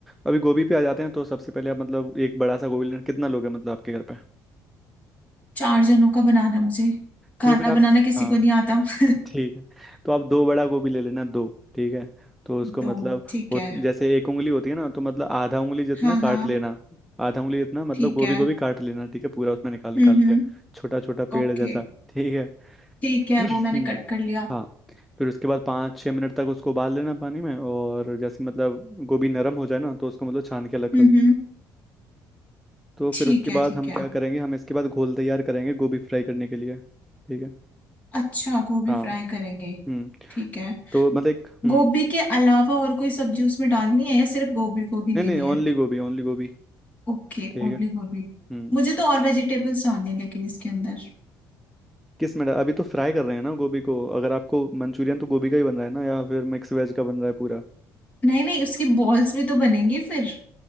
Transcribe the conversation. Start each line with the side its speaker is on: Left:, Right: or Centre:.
Centre: अभी गोभी पे आ जाते हैं तो सबसे पहले आप मतलब एक बड़ा सा गोभी लेना कितना लोगे मतलब आपके घर पे
Left: चार जनों का बनाना मुझे खाना
Centre: ठीक है फिर आप
Left: बनाना किसी
Centre: हाँ
Left: को नहीं आता <laughs>
Centre: ठीक है तो आप दो बड़ा गोभी ले लेना दो ठीक है तो उसको
Left: तो
Centre: मतलब
Left: ठीक
Centre: हो
Left: है
Centre: जैसे एक उंगली होती है ना तो मतलब आधा उंगली जितना
Left: हाँ
Centre: काट
Left: हाँ
Centre: लेना आधा उंगली जितना मतलब
Left: ठीक
Centre: गोभी
Left: है
Centre: गोभी काट लेना ठीक है पूरा उसमें निकाल निकाल
Left: हम्म हम्म
Centre: के छोटा छोटा पेड़
Left: ओके
Centre: जैसा ठीक है
Left: ठीक है
Centre: <clears throat>
Left: वो
Centre: हम्म,
Left: मैंने कट कर लिया
Centre: हाँ फिर उसके बाद पाँच छः मिनट तक उसको उबाल लेना पानी में और जैसे मतलब गोभी नरम हो जाए ना तो उसको मतलब छान के अलग
Left: हम्म
Centre: कर लेना
Left: हम्म
Centre: तो
Left: ठीक
Centre: फिर उसके
Left: है
Centre: बाद
Left: ठीक
Centre: हम
Left: है
Centre: क्या करेंगे हम इसके बाद घोल तैयार करेंगे गोभी फ्राई करने के लिए ठीक है
Left: अच्छा गोभी
Centre: हाँ
Left: फ्राई करेंगे
Centre: हम्म
Left: ठीक है
Centre: तो मतलब एक हम्म
Left: गोभी के अलावा और कोई सब्जी उसमें डालनी है या सिर्फ गोभी गोभी
Centre: नहीं
Left: लेनी
Centre: नहीं
Left: है
Centre: ओनली गोभी ओनली गोभी
Left: ओके
Centre: ठीक
Left: ओनली
Centre: है
Left: गोभी
Centre: हम्म
Left: मुझे तो और वेजिटेबल्स डालने हैं लेकिन इसके अंदर
Centre: किस में डा- अभी तो फ्राई कर रहे हैं ना गोभी को अगर आपको मंचूरियन तो गोभी का ही बन रहा है ना या फिर मिक्स वेज का बन रहा है पूरा
Left: नहीं नहीं उसकी बॉल्स भी तो बनेंगी फिर